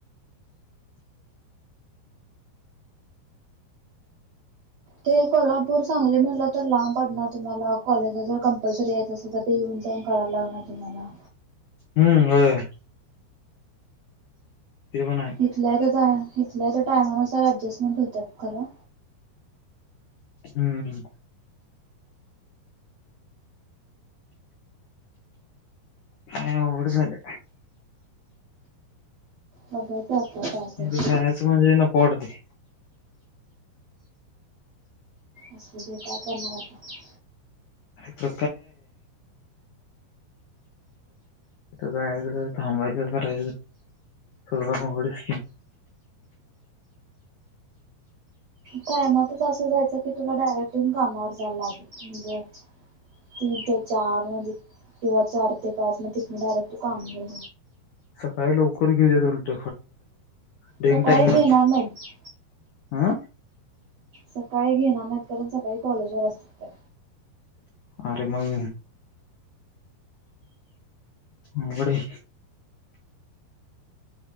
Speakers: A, on the right; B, on the left.
A: ते कोल्हापूर सांगली म्हटलं तर लांब पडणार तुम्हाला कॉलेज जर कंपल्सरी यायचं असल तर येऊन. एजन करायला लागणार तुम्हाला.
B: हम्म होय. ते पण आहे
A: हथल्याय तर हथल्या तर टायमानुसार ऍडजस्टमेंट होतात खरं.
B: हम्म. काय अवघड झाले.
A: बघयच आपल्या काय
B: तिकडं
A: तर.
B: जायचं म्हणजे नको वाटतंय.
A: असं बर काय करणार आता.
B: <unintelligible> तिथ जायचं थांबायचं करायचं. हो अवघड आहे.
A: टायमातच असं जायचं की तुला डायरेक्ट येऊन कामावर जायला लागेल म्हणजे तीन ते चार म्हणजे किंवा चार ते पाच मग तितन डायरेक्ट तू काम कर
B: काहि लवकर गेल्यात उलट ढेंग
A: सकाळी
B: टाईम
A: घेणार
B: नको
A: नाहीत.
B: हं.
A: सकाळी घेणार नाहीत कारण सकाळी कॉलेज वर असतात त्या
B: अरे मग अवघड आहे.